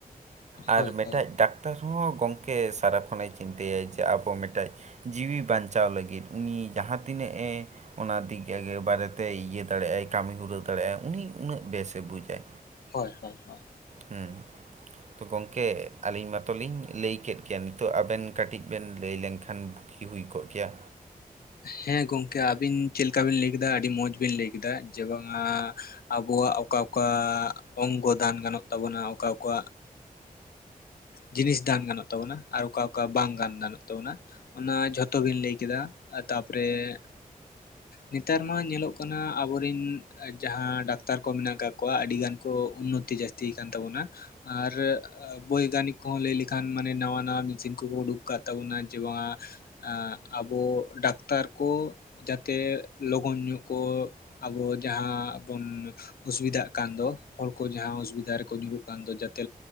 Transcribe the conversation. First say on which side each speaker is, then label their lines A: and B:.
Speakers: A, on the right; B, on the left.
A: ᱟᱨ
B: ᱦᱳᱭ
A: ᱢᱤᱫᱴᱟᱭ
B: ᱦᱳᱭ
A: ᱰᱟᱠᱛᱟᱨ ᱦᱚᱸ ᱜᱚᱝᱠᱮ ᱥᱟᱨᱟᱠᱷᱮ ᱪᱤᱱᱛᱟᱹᱭᱟ ᱡᱮ ᱟᱵᱚ ᱢᱤᱫᱴᱮᱡ᱾ ᱡᱤᱣᱤ ᱵᱟᱧᱪᱟᱣ ᱞᱟᱹᱜᱤᱫ ᱩᱱᱤ ᱡᱟᱦᱟᱸ ᱛᱤᱱᱟᱹᱜᱼᱮ᱾ ᱚᱱᱟ ᱫᱤᱠᱜ ᱫᱤᱭᱮ ᱵᱟᱨᱮᱛᱮ ᱤᱭᱟᱹ ᱫᱟᱲᱮᱭᱟᱜᱼ ᱟᱭ ᱠᱟᱹᱢᱤ ᱦᱩᱨᱟᱹ ᱫᱟᱲᱮᱭᱟᱜᱼ ᱟᱭ ᱩᱱᱤ ᱩᱱᱟᱹᱜ ᱵᱮᱥᱮ ᱵᱩᱡᱟᱭ᱾
B: ᱦᱳᱭ ᱦᱳᱭ ᱦᱳᱭ᱾
A: ᱦᱩᱸ᱾ ᱛᱚ ᱜᱚᱢᱠᱮ ᱟᱹᱞᱤᱧ ᱢᱟᱛᱚᱞᱤᱧ ᱞᱟᱹᱭ ᱠᱮᱫ ᱜᱮᱭᱟ ᱱᱤᱛᱚᱜ ᱟᱵᱮᱱ ᱠᱟᱹᱴᱤᱡ ᱵᱮᱱ ᱞᱟᱹᱭ ᱞᱮᱱᱠᱷᱟᱱ᱾ ᱤ ᱦᱩᱭ ᱠᱚᱜ ᱠᱮᱭᱟ᱾
B: ᱦᱮᱸ ᱜᱚᱢᱠᱮ ᱟᱵᱤᱱ ᱪᱮᱫ ᱞᱮᱠᱟ ᱵᱤᱱ ᱞᱟᱹᱭᱠᱮᱫᱟ ᱟᱹᱰᱤ ᱢᱚᱸᱡᱽ ᱵᱤᱱ ᱞᱟᱹᱭ ᱠᱮᱫᱟ᱾ ᱡᱮ ᱵᱟᱝᱟ ᱟᱵᱚᱣᱟᱜ ᱚᱠᱟ ᱚᱠᱟ ᱚᱝᱜᱚ ᱫᱟᱱ ᱜᱟᱱᱚᱜ ᱛᱟᱵᱚᱱᱟ ᱚᱠᱟᱠᱟ᱾ ᱡᱤᱱᱤᱥ ᱫᱟᱱ ᱜᱟᱱᱚᱜ ᱛᱟᱵᱚᱱᱟ ᱟᱨ ᱚᱠᱟ ᱚᱠᱟ ᱵᱟᱝ ᱜᱟᱱ ᱜᱟᱱᱚᱜ ᱛᱟᱵᱚᱱᱟ᱾ ᱚᱱᱟ ᱡᱷᱚᱛᱚᱜᱤᱧ ᱞᱟᱹᱭ ᱠᱮᱫᱟ᱾ ᱛᱟᱯᱚᱨᱮ ᱱᱮᱛᱟᱨ ᱢᱟ ᱧᱮᱞᱚᱜ ᱠᱟᱱᱟ ᱟᱵᱚᱨᱤᱱ᱾ ᱡᱟᱦᱟᱸ ᱰᱟᱠᱛᱟᱨ ᱠᱚ ᱢᱮᱱᱟᱜ ᱟᱠᱟᱫ ᱠᱚᱣᱟ ᱟᱹᱰᱤ ᱜᱟᱱ᱾ ᱩᱱᱱᱚᱛᱤ ᱡᱟᱥᱤ ᱟᱠᱟᱱ ᱛᱟᱵᱚᱱᱟ ᱟᱨ ᱵᱳᱭᱜᱟᱱᱤᱠ᱾ ᱠᱚᱦᱚᱸ ᱞᱟᱹᱭ ᱞᱮᱠᱷᱟᱱ ᱢᱟᱱᱮ ᱱᱟᱣᱟ ᱱᱟᱣᱟ ᱢᱮᱥᱤᱱ ᱠᱚᱠᱚ ᱩᱰᱩᱠ ᱟᱠᱟᱫ ᱛᱟᱵᱚᱱᱟ ᱡᱮ ᱵᱟᱝᱟ ᱟᱵᱚ᱾ ᱰᱟᱠᱛᱟᱨ ᱠᱩ᱾ ᱡᱟᱛᱮ ᱞᱚᱜᱚᱱ ᱧᱚᱜ ᱠᱚ ᱟᱵᱚ ᱡᱟᱦᱟᱸ ᱵᱚᱱ᱾ ᱚᱥᱩᱵᱤᱫᱷᱟᱜ ᱠᱟᱱ ᱫᱚ᱾ ᱦᱚᱲ ᱠᱚ ᱡᱟᱦᱟᱸ ᱚᱥᱩᱵᱤᱫᱷᱟ ᱨᱮᱠᱚ ᱧᱩᱨᱩᱜ ᱠᱟᱱ ᱫᱚ ᱡᱟᱛᱮ